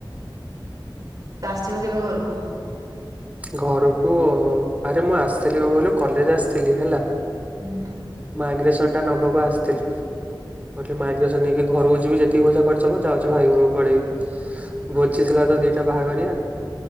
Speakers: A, on the right; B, on the right.
A: ତ ଆସିବ କେବେ ଘରକୁ?
B: ଘରକୁ ଆରେ ମୁଁ ଆସିଥିଲି କଣ କହିଲୁ କଲେଜ ଆସିଥିଲି ହେଲା।
A: ହୁଁ।
B: ମାଇଗ୍ରେସନ ଟା ନବାକୁ ଆସିଥିଲୁ ବୋଲି ମାଇଗ୍ରେ ତ ନେଇକି ଘରକୁ ଯିବି ଯେତିକି ପଇସା ଖର୍ଚ ହବ ଯାଉଛି ଭାଇ ଘରକୁ ପଳେଇବି। ଭୋଜି ଥିଲା ତ ଦିଟା ବାହାଘରିଆ।